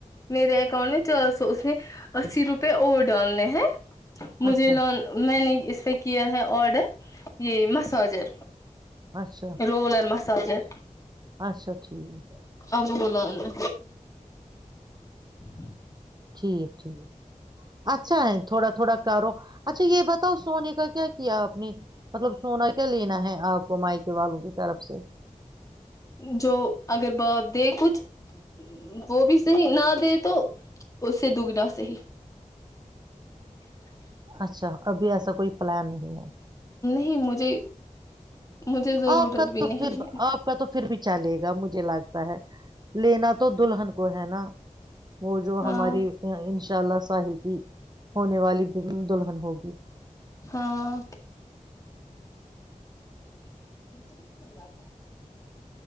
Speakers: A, on the left; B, on the right.
A: میرے اکاؤنٹ میں چار سو اس میں اسی روپے اور ڈالنے ہیں مجھے
B: اچھا
A: لون میں نے اس پہ کیا ہے آڈر یہ مساجر
B: اچھا
A: روولر م سوولت
B: اچھا ٹھیک ہے.
A: اب ب لال <inaudible> ہ
B: ٹھیک ٹھیک اچھا ہے تھوڑا تھوڑا کرو اچھا یہ بتاؤ سونے کا کیا کیا آپ اپنی مطلب سونا کیا لینا ہے آپ کو مائکے والوں کی طرف سے
A: جو اگر بپ دے کچھ وہ بھی صحی نہ دے تو اس سے دگنا صحیح
B: اچھا ابھی ایسا کوئی پلان نہیں ہے
A: نہیں مجھے مجھے ضرورت
B: آپ کا
A: بھی
B: تو
A: نہیں
B: پھر
A: ہے
B: آپ کا تو پھر بھی چلے گا مجھے لگتا ہے لینا تو دلہلہن کو ہے نا وہ جو
A: ہاں
B: ہماری شا ساحل کی ہونے والی بن دلہن ہوگی
A: ہاں ب تھا